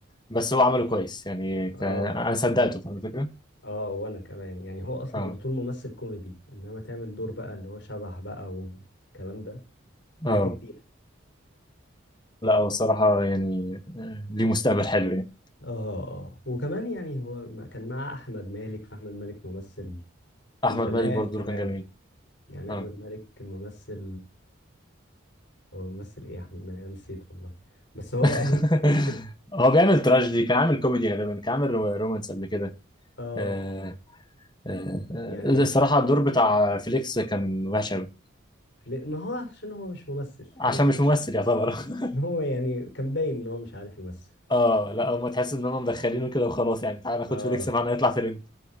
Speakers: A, on the left (about 20°); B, on the left (about 65°).
A: بس هو عمله كويس يعني ك...
B: اه
A: انا صدقته فاهم الفكره
B: اه وانا كمان يعني هو اصلا
A: اه
B: على طول ممثل كوميدي انما تعمل دور بقى اللي هو شبح بقى والكلام ده في
A: اه
B: حاجه جديده
A: لا هو الصراحه يعني آه، ليه مستقبل حلو يعني
B: اه اه وكمان يعني هو ما- كان مع احمد مالك فاحمد مالك ممثل من
A: احمد
B: زمان
A: مالك برضه
B: كمان
A: دوره كان جميل
B: يعني
A: اه
B: احمد مالك ممثل هو ممثل ايه احمد مالك انا نسيت والله بس هو
A: <laughs>
B: يعني <laughs>
A: هو بيعمل تراجيدي كان عامل كوميدي غالبا كان عامل رو- رومانس قبل كده
B: اه
A: آه آه
B: يعني
A: آه، الصراحه
B: شوف
A: الدور بتاع فيليكس كان وحش قوي
B: ليه- ما هو عشان هو مش ممثل
A: عشان
B: هو مغني
A: مش ممثل يعتبر <laughs>
B: <laughs> هو يعني كان باين ان هو مش عارف يمثل
A: اه لا هما تحس ان هم مدخلينه كده وخلاص يعني تعالى ناخد
B: اه
A: فيليكس معانا يطلع ترند